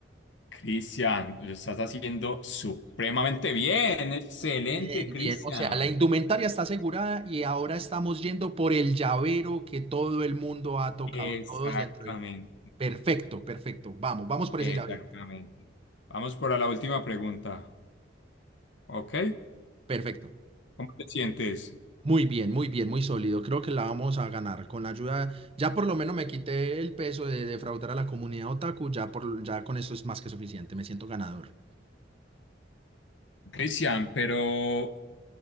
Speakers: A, on the left; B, on the right.
A: Cristian, lo estás haciendo supremamente bien. Excelente,
B: Bien,
A: Cristian.
B: bien. O sea, la indumentaria está asegurada y ahora estamos yendo por el llavero que todo el mundo ha tocado,
A: Exactamente,
B: todos dentro. de- Perfecto, perfecto. Vamos, vamos por
A: exactamente.
B: ese llavero.
A: Vamos por la última pregunta. ¿Ok?
B: Perfecto.
A: ¿Cómo te sientes?
B: Muy bien, muy bien, muy sólido. Creo que la vamos a ganar con la ayuda. Ya por lo menos me quité el peso de defraudar a la comunidad otaku. Ya, por, ya con eso es más que suficiente. Me siento ganador.
A: Cristian, pero